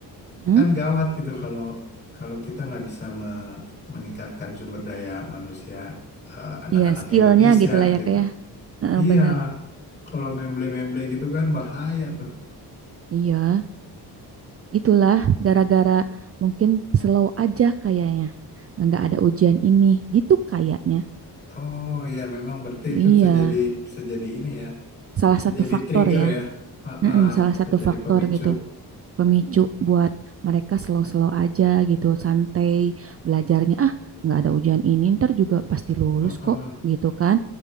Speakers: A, on the right; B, on the left.
A: mm-mm.
B: kan gawat gitu kalau kalau kita nggak bisa me- meningkatkan sumber daya manusia eh, anak-anak
A: Iya, skillnya
B: Indonesia
A: gitu lah ya,
B: gitu.
A: Kak ya. Heeh,
B: Iya,
A: bener.
B: kalau memble-memble gitu kan bahaya tuh.
A: Iya. Itulah gara-gara mungkin slow aja kayaknya. Nggak ada ujian ini, gitu kayaknya.
B: Oh iya, memang berarti
A: Iya,
B: itu bisa jadi bisa jadi ini ya,
A: salah
B: bisa
A: satu
B: jadi
A: faktor
B: trigger
A: ya.
B: ya, Ah,
A: Mm-mm,
B: ah,
A: salah
B: bisa
A: satu faktor
B: jadi pemicu.
A: gitu. Pemicu buat mereka slow-slow aja gitu, santai belajarnya. Ah, nggak ada ujian ini, ntar juga pasti lulus
B: Heeh.
A: kok gitu kan.